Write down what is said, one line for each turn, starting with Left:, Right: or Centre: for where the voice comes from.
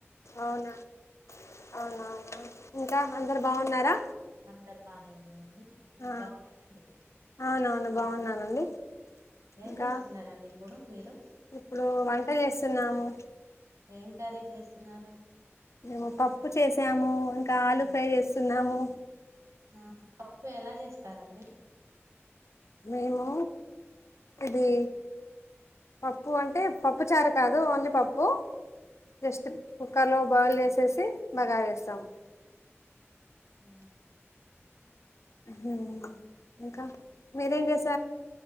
Left: అవునా అవునవునా ఇంకా అందరు బాగున్నారా
Right: అందరు బానే ఉన్నామండి మీరు
Left: ఆ
Right: బాగున్నారండి
Left: అవునవును బాగున్నానండి
Right: ఏం
Left: ఇంకా
Right: చేస్తున్నారండి ఇప్పుడు మీరు
Left: ఇప్పుడు వంట చేస్తున్నాము
Right: ఎం కరీ చేస్తున్నారు
Left: మేము పప్పు చేసాము ఇంకా ఆలుూ ఫ్రై చేస్తున్నాము
Right: ఆ పప్పు ఎలా చేస్తారండి
Left: మేము ఇది పప్పు అంటే పప్పు చారు కాదు ఓన్లీ పప్పు జస్ట్ కుక్కర్ లో బాయిల్ చేసేసి బగారా వేస్తాము
Right: ఓ
Left: హూ ఇంకా మీరేం చేస్త